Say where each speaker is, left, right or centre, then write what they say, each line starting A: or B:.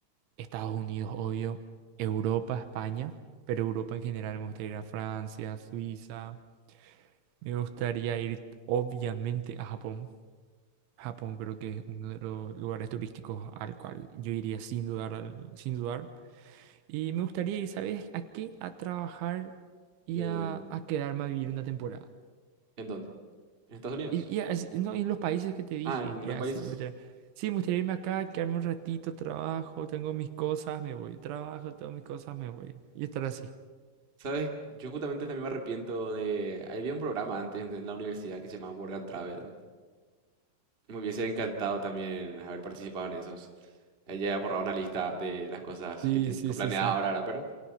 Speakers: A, on the right (about 75°); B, on the right (about 20°).
A: Estados Unidos, obvio, Europa, España, pero Europa en general, me gustaría ir a Francia, Suiza, me gustaría ir obviamente a Japón. Japón creo que es uno de los lugares turísticos al cual yo iría sin dudar, al- sin dudar. Y me gustaría ir, ¿sabes? ¿A qué? A trabajar y
B: Eh,
A: a, a quedarme a vivir una temporada.
B: ¿en dónde? ¿En Estados Unidos?
A: Y, y así- no, en los países que te dije,
B: Ah, en
A: eh,
B: los
A: así,
B: países.
A: me gustaría- sí, me gustaría irme acá, quedarme un ratito, trabajo, tengo mis cosas, me voy, trabajo, tengo mis cosas, me voy. Y estar así.
B: ¿Sabes? Yo justamente también me arrepiento de... Había un programa antes en en la universidad que se llamaba Work and Travel. Me hubiese encantado también haber participado en esos. Eh, Ya he borrado una lista de las cosas
A: Sí,
B: que tengo
A: sí, sí,
B: planeada
A: sí.
B: ahora, ahora, pero